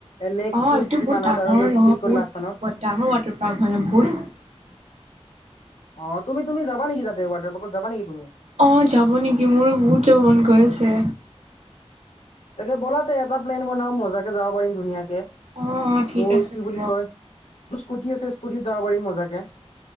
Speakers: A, on the left; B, on the right.
A: নেক্সট
B: অঁ এইটো
A: উইক
B: বহুত
A: মানত
B: ডাঙৰ
A: আৰু নেক্সট
B: ন
A: উইকৰ
B: বহুত
A: লাষ্ট মানত
B: ডাঙৰ ৱাটাৰ পাৰ্ক হয় ন বহুত <unintelligible>
A: অঁ তুমি তুমি যা তাতে ৱাটাৰ পাৰ্ক যাবা নেকি তুমি
B: অ যাব নেকি মোৰো বহুত যাব মন গৈ আছে
A: তাকে ব'লা তে এটা প্লেন বনাও মজাকে যাব পাৰিম ধুনীয়াকে
B: অ অ ঠিক
A: মোৰ
B: আছে
A: কি
B: হ'ব।
A: বুলি কয় তোৰ স্কুটি আছে স্কুটিত যাব পাৰিম মজাকে।